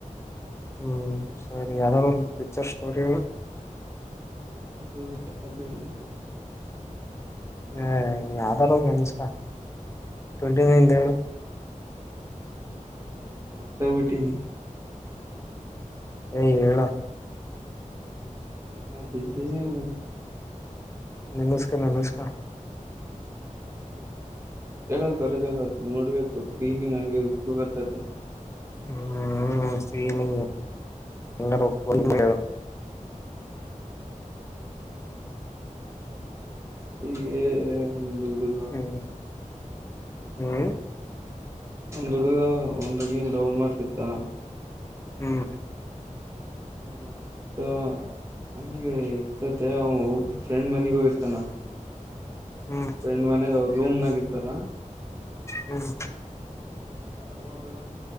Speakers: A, on the left; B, on the right.
A: ಹ್ಮ್ ಸರಿ ಯಾವುದಾದರೊಂದು ಪಿಚರ್ ಸ್ಟೋರಿ ಹೇಳು.
B: ಹೌದು ಯಾವ್ದು ಹೇಳ್ಲಿ.
A: ಹ್ಮ ಯಾವುದಾದರೊಂದು ನೆನಪಿಸ್ಕ. <unintelligible>
B: ಹ ಅದು ಮರ್ತ ಹೋಗಿಬಿಟ್ಟಿನಿ.
A: ಹೇ ಹೇಳೋ.
B: ಅದೇ ದಿನೋ.
A: ನೆನಿಸ್ಕ ನೆನಿಸ್ಕ.
B: ಹೇಳಕ್ <unintelligible> ನೋಡ್ಬೇಕು ಫೀಲಿಂಗ್ ಹಂಗೆ ಉಕ್ಕು ಬರ್ತತೆ. <inaudible>
A: ಹ್ಮ್ ಫೀಲಿಂಗ್ ಹೆಂಗಾರ
B: <inaudible>
A: ಹೇಳು
B: <unintelligible>
A: ಹ್ಮ್ ಹ್ಮ್
B: ಒಂದ್ ಹುಡುಗ ಒಂದ್ ಹುಡ್ಗಿನ ಲವ್ ಮಾಡ್ತಿತೀರ್ಥನ.
A: ಹ್ಮ್
B: ಹ್ಹ್ ಒಂದ್. ಸೋ ಹಂಗೆ ಇರ್ತೈತೆ ಅವ ಅವ್ರ ಫ್ರೆಂಡ್ ಮನಿಗೆ ಹೋಗಿರ್ತಾನ.
A: ಹ್ಮ್ ಹ್ಮ್
B: ಫ್ರೆಂಡ್ ಮನ್ಯಾಗ ಅವರು ರೂಮ್ನಾಗ ಇರ್ತಾರ.
A: ಹ್ಮ್
B: ಅವಾಗ